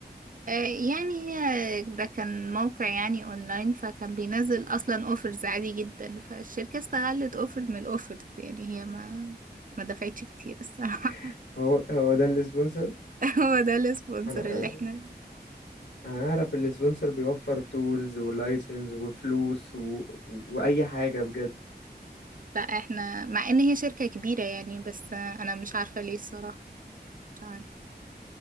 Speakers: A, on the right; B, on the left.
A: آه، يعني هي ده كان موقع يعني اونلاين فكان بينزل اصلا اوفرز عادي جدا فالشركة استغلت اوفر من الاوفرز يعني هي ما ما دفعتش كتير الصراحة
B: <laughs> هو هو ده السبونسر
A: <laughs> هو ده السبونسر
B: انا
A: اللي احنا
B: انا اعرف السبونسر بيوفر تولز ولايسنس وفلوس و... و... واي حاجه بجد
A: لا احنا مع ان هي شركة كبيرة يعني بس آه، انا مش عارفة ليه الصراحة مش عارفة